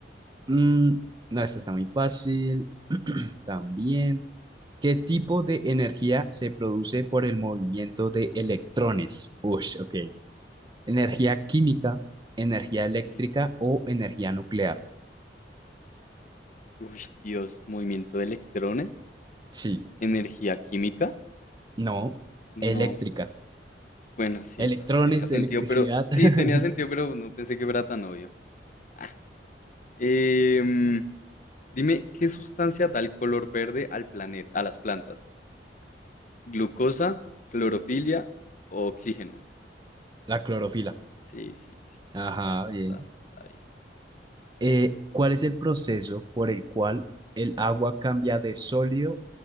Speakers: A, on the right (about 25°); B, on the left (about 45°).
A: Mm, no, esta está muy fácil. <clears throat> También. ¿Qué tipo de energía se produce por el movimiento de electrones? Ush, ok. energía química, energía eléctrica
B: Sí.
A: o energía nuclear.
B: Uy, Dios, movimiento de electrones,
A: Sí,
B: energía química.
A: no, eléctrica.
B: No, bueno, sí,
A: Electrones,
B: no, tenía sentido,
A: electricidad,
B: pero sí,
A: <laughs>
B: tenía sentido, pero no pensé que fuera tan obvio. Ah, em, dime, ¿qué sustancia da el color verde al planeta, a las plantas? ¿Glucosa, clorofilia o oxígeno?
A: la clorofila.
B: Sí, sí, sí, sí,
A: Ajá,
B: está, está,
A: bien.
B: está bien.
A: Eh, ¿cuál es el proceso por el cual el agua cambia de sólido,